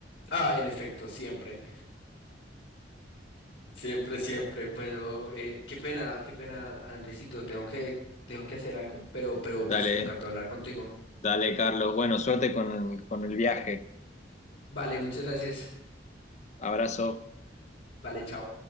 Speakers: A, on the left; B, on the left.
A: Ah, en efecto, siempre, siempre, siempre. Pero eh, qué pena, qué pena, Andresito, tengo que, tengo que hacer algo, pero, pero
B: Dale,
A: pues me encantó hablar contigo.
B: dale, Carlos. Bueno, suerte con, con el viaje.
A: Vale, muchas gracias.
B: Abrazo.
A: Vale, chao.